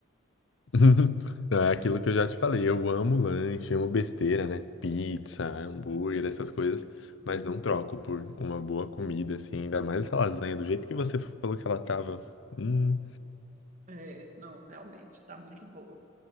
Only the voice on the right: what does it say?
É, não, realmente, está muito boa.